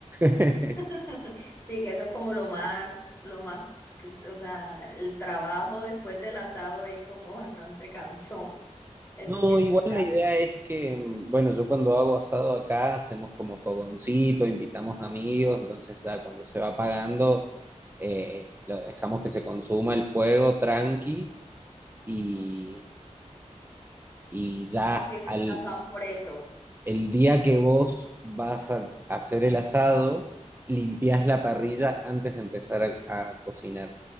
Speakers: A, on the right; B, on the left.
A: <laughs>
B: <laughs> Sí, que eso es como lo más, lo más, que- o sea, el trabajo después del asado es como bastante cansón. Eso
A: No,
B: sí es
A: igual
B: verdad.
A: la idea es que, mm, bueno, yo cuando hago asado acá hacemos como fogoncito, invitamos amigos, entonces ya cuando se va apagando, eh, lo dejamos que se consuma el fuego tranqui y,
B: Ok.
A: y ya
B: No tienes
A: al,
B: afán por eso.
A: el día que vos vas a hacer el asado, limpiás la parrilla antes de empezar a, a cocinar,